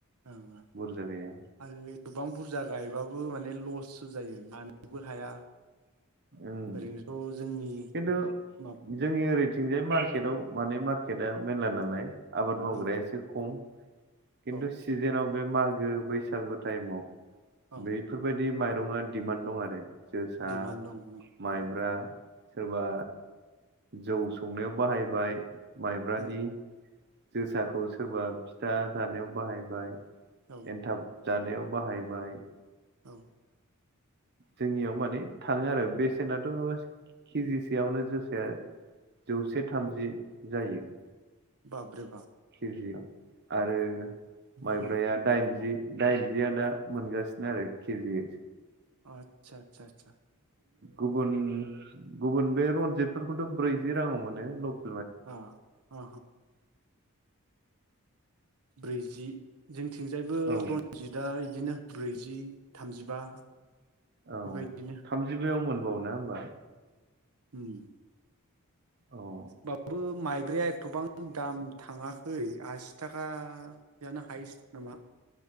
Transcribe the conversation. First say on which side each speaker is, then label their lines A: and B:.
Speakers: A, on the right; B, on the right.
A: औ ओ औ।
B: बुरजा गैया
A: आरो बे गोबां बुरजा गायबाबो माने लस सो जायो। लानोबो हाया।
B: ओं।
A: ओरैनोथ' जोंनि
B: खिन्थु
A: माब
B: जोंनि ओरैथिंजाय मा र्केटाव माने मार्केटआ मेलला नालाय आबाद मावग्राया
A: औ
B: एसे खम। खिन्थु
A: औ
B: सिजेनआव बे मागो बैसागु टाइमाव
A: औ
B: बेफोरबायदि माइ रङा डिमान्ड दं आरो। जोसा
A: दिडिमान्ड दं नंगौ
B: माइब्रा
A: नों
B: सोरबा जौ संनायाव बाहायबाय माइब्रानि।
A: उम
B: जोसाखौ सोरबा फिथा जानायाव बाहायबाय।
A: औ
B: एन्थाब। जानायाव बाहायबाय।
A: औ।
B: जोंनियाव माने थाङो आरो बेसेनाथ केजिसेयावनो जोसाया जौसे थामजि जायो।
A: बाब्रे बा।
B: के जि आव। आरो माइब्राया
A: उम
B: दाइनजि दाइन। जिया दा मोनगासिनो आरो केजियै।
A: अ आतसा आतसा। आतसा
B: गुबुन गुबुन बे रनजितफोरखौथ' ब्रैजि राङाव मोनो ल
A: अ अ। ब्रैजि जों निथिंजायबो
B: औ
A: रनजितआ इदिनो ब्रैजि थामजिबा
B: औ
A: बेबायदिनो
B: थामजिबायाव मोन बावो ना होमबा।
A: होम।
B: औ
A: होबबो माइब्राया एथबां दाम थाङाखै आसि थाखायानो हाइस नामा।